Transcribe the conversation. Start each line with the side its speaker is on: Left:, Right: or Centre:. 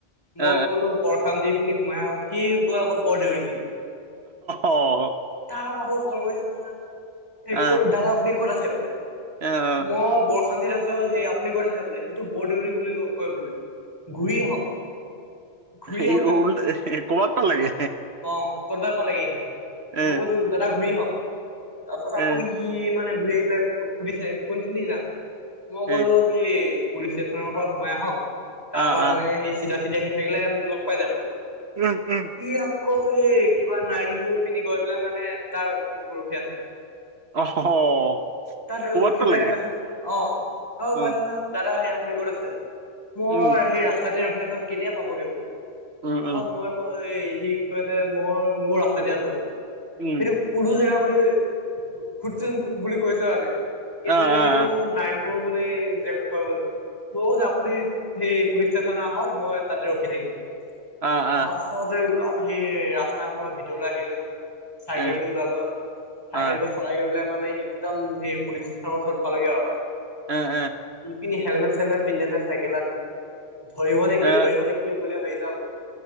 Right: অ
Left: মই
Right: অ
Left: ক'লো বৰ <unintelligible> পিনি সোমাই আহক, সি গৈ আকৌ বৰদেউৰী ফি
Right: অ
Left: তাক আকৌ কল কৰিছে নহয়। এই
Right: আহ
Left: ক'ত দাদা আপুনি ক'ত আছে বোলে?
Right: আহ
Left: মই বৰখামতিত আ চ', সেই আপুনি ক'ত আছে বোলে? সেইটো বৰদেউৰী বুলি ক-কয় বোলে, ঘূৰি আহক। ঘূৰি
Right: এই
Left: আহক গৈ।
Right: উল কৰ'বাত পালেগে
Left: অ', কৰ'বাত পালেগে সি।
Right: এ
Left: মই কৈছো, দাদা ঘূৰি আহক। তাৰ পাছ আকৌ
Right: এ
Left: সি মানে ঘূৰি আহি পেলাই সু-সুধিছে, কোনপিনি যাম? মই কলো
Right: এ
Left: সেই পুলিচ ষ্টেচনৰ পৰা সোমাই আহক,
Right: আহ
Left: তাৰ পৰা
Right: আহ
Left: মানে সেই চিধা ছি চিধা আহি থাকিলে, মোক লগ পাই যাব।
Right: উম, উম।
Left: সি আকৌ সেই কিবা নাৰায়নপুৰ পিনি গৈ পেলাই মানে তাৰ মোক ৰখি আছে।
Right: <unintelligible>
Left: তাত ৰ-ৰখিপেলাই
Right: কৰ'বাত পালেগে
Left: কৈছে দাদা অ', আকৌ
Right: উম
Left: কৈছে নহয় দাদা হে আপুনি ক'ত আছে? মই
Right: উম
Left: সেই ৰাস্তাতে ৰখি আছো কেতিয়া পাবগে বোলে?
Right: উম
Left: তা
Right: উম
Left: মই সি কৈছে মোৰ-মোৰ ৰাস্তা দি আছ বোলে।
Right: উম
Left: সেইটো কোনতো জেগা বুলি সুধছোন বুলি কৈছো মানে। সি
Right: আহ
Left: যে
Right: আহ
Left: সেইটো নাৰায়ণপু পুৰ বুলি যে কয় বোলে। বহুত আপুনি সেই পুলিচ ষ্টেচনত আহক, মই তাতে ৰখি থাকিম।
Right: আহ আহ
Left: তাৰ পিছতে <unintelligible> সি ৰাস্তাৰ পৰা ভিতৰলে আহিলো। চাইকেলটো
Right: এ
Left: ওলালো।
Right: অ
Left: চাইকেলটো চলাই গৈ পেলাই মানে সে একদম সেই পুলিচ <unintelligible> ওচৰত পালেগে অ।
Right: এ', এ'।
Left: ইপিনি হেলমেট-চেলমেট পিন্ধে নে চাইকেলত, ধৰিব নেকি
Right: এ
Left: ধৰিব নেক <unintelligible> বুলি ভাবি <unintelligible>